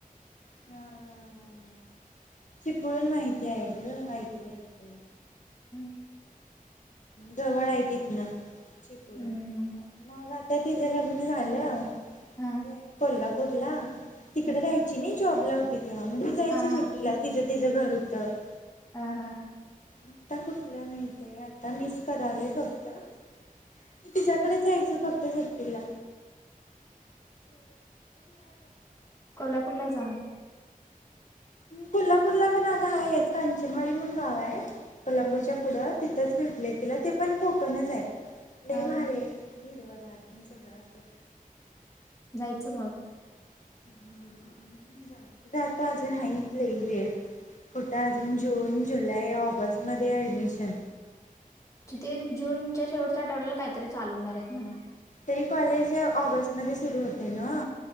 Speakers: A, on the left; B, on the left.
A: हा हा हा हा चिपळून माहिती आहे ग ऐकलं ऐकलं
B: <inaudible>
A: जवळ आहे तिथन चिपळून
B: हम्म
A: मग आता तिचं लग्न झालं
B: हा
A: ती आली कोल्हाप <inaudible> तिकड
B: ह
A: राहायची नाही? जॉब ला होती हं मी जायचो
B: हा
A: सुट्टीला तिचं तिझं घर हुत <inaudible>
B: हा हा हा
A: आता कुठलं मिळतया आता मिस करालोय फक्त मी तिच्याकडच जायचं फक्त तिला
B: कोल्हापूरला जाण
A: कोल्हापूरला पण अगं आहेत, कांचनवाडी म्हणून गाव हाय कोल्हापूरच्या
B: हम्म
A: पुढं तिथंच भेट तिला ते पण कोकणच आहे. लई
B: हा
A: भारी
B: हा
A: हाय. हिरवं गार तेन सगळं असं
B: जायचं मग
A: <unintelligible> त तो आता अजून हाहीत लई वेळ कुठं अजून जून, जुलै, ऑगस्ट मध्ये ऍडमिशन
B: तिथे जूनच्या शेवटच्या आठवड्याला काहीतरी चालू होणार आहेत म्हणं
A: तरी कॉलेज ऑगस्ट नवे सुरू होतय न